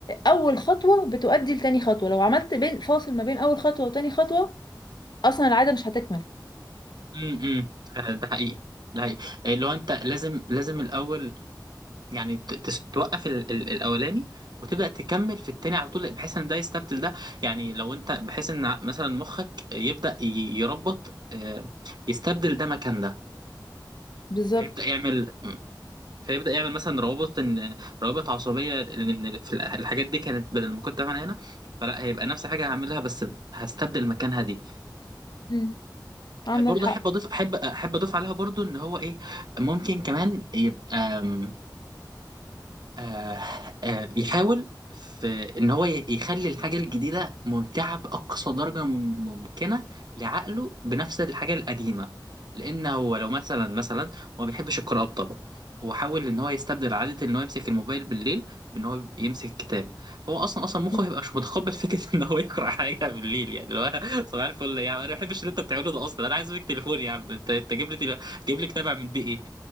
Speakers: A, on the left; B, on the right.
A: اول خطوه بتؤدي لتاني خطوه لو عملت بين فاصل ما بين اول خطوه وتاني خطوه اصلا العاده مش هتكمل
B: امم امم. آه، ده حقيقي ده حقيقي إيه، لو انت لازم لازم الاول يعني ت- تس- توقف ال- ال- الاولاني وتبدا تكمل في التاني على طول بحيث ان ده يستبدل ده يعني لو انت بحيث ان ع- مثلا مخك يبدا ي- يربط آه، يستبدل ده مكان ده
A: بالظبط
B: فيبدا يعمل مم. فيبدا يعمل مثلا روابط ان روابط عصبيه لان في ال- الحاجات دي كانت بدل ما كنت بعملها هنا فلا هيبقى نفس حاجه هعملها بس هستبدل مكانها دي
A: مم. عندك
B: برضه
A: حق
B: احب اضيف احب احب اضيف عليها برضه ان هو ايه ممكن كمان يبقى آم، آه آه بيحاول في ان هو ي- يخلي الحاجه الجديده ممتعه باقصى درجه مم- ممكنه لعقله بنفس الحاجه القديمه لان هو لو مثلا مثلا هو ما بيحبش القراءه بطبعه هو حاول ان هو يستبدل عاده ان هو يمسك الموبايل بالليل بان هو يمسك الكتاب فهو اصلا اصلا مخه
A: مم.
B: هيبقى مش متقبل فكره <laughs> ان هو يقرا حاجه بالليل يعني اللي هو صباح الفل يا عم انا ما بحبش اللي انت بتعمله ده اصلا انا عايز منك تليفون يا عم انت انت جيب لي تل- جيب لي كتاب اعمل بيه ايه